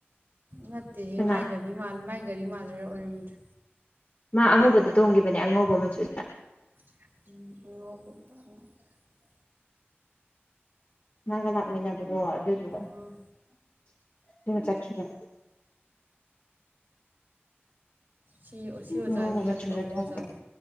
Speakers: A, on the right; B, on the left.
A: ꯅꯠꯇꯦꯍꯦ
B: ꯀꯅꯥ
A: ꯃꯥꯏ ꯒꯔꯤ ꯃꯥꯜ ꯃꯥꯏ ꯒꯥꯔꯤ ꯃꯥꯜꯂꯨꯔꯥ ꯑꯣꯏꯔꯝꯗ꯭ꯔꯦ
B: ꯃꯥ ꯑꯉꯧꯕꯗ ꯇꯣꯡꯈꯤꯕꯅꯦ ꯑꯉꯧꯕ ꯃꯆꯨꯗ
A: <inaudible>
B: ꯃꯥꯅꯥꯒ ꯂꯥꯛꯃꯤꯟꯅꯕꯗꯣ ꯑꯗꯨ <unintelligible>
A: ꯎꯝ
B: ꯑꯗꯨ ꯆꯠꯈꯤꯕ
A: ꯁꯤ ꯁꯤ ꯑꯣꯖꯥꯁꯦ
B: ꯑꯉꯧꯕ
A: ꯌꯥꯝ
B: ꯃꯆꯨꯗ
A: ꯇꯧꯕ
B: ꯇꯣꯡꯕ
A: ꯑꯣꯖꯥꯅꯤ